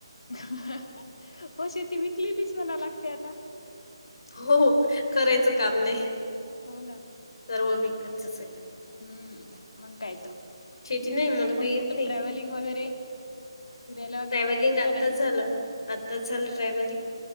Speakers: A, on the left; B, on the left.
A: हो शेती विकलेलीच म्हणाव लागते आता.
B: हो करायचं काम नाही.
A: हो ना.
B: सर्व विकतचचे.
A: हम्म मग काय तर
B: शेती नाही मला
A: मग
B: काही येत
A: कुठं
B: नाही.
A: ट्रॅव्हलिंग वगैरे फिरायला वगैरे
B: ट्रॅव्हलिंग
A: गेलती
B: आत्ताच
A: का नाही
B: झाल आत्ताच झाल ट्रॅव्हलिंग.